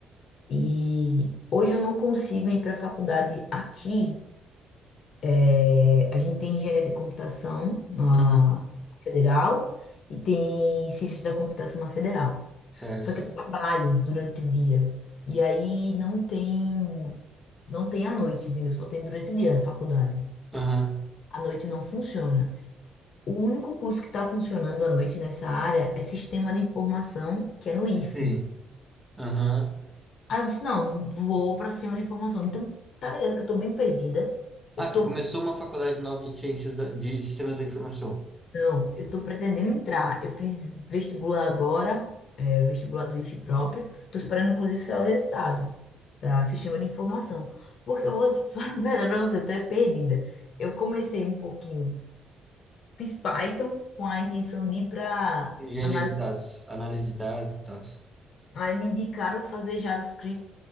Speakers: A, on the left (about 65°); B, in the centre.
A: E hoje eu não consigo ir para a faculdade aqui. É, a gente tem engenharia de computação na
B: uhum,
A: federal e tem ciências da computação na federal.
B: certo?
A: Só que eu trabalho durante o dia. E aí não tem, não tem à noite, entendeu? Só tem durante o dia a faculdade.
B: Aham,
A: À noite não funciona. O único curso que está funcionando à noite nessa área é Sistema de Informação, que é no IFE.
B: é sim. Aham.
A: Aí eu disse, não, vou para Sistema de Informação. Então, tá ligado que eu tô bem perdida. Eu
B: Ah, você
A: tô
B: começou uma faculdade nova de ciências da- de sistemas da informação.
A: Não, eu tô pretendendo entrar. Eu fiz vestibular agora, é, vestibular do IFE próprio. Tô esperando, inclusive, sair o resultado para sistema de informação. Porque eu vou <laughs> falar a verdade pra você, eu tô é perdida. Eu comecei um pouquinho, fiz Python com a intenção de ir para
B: Engenharia
A: análise.
B: de dados, análise de dados e tal.
A: Aí me indicaram fazer JavaScript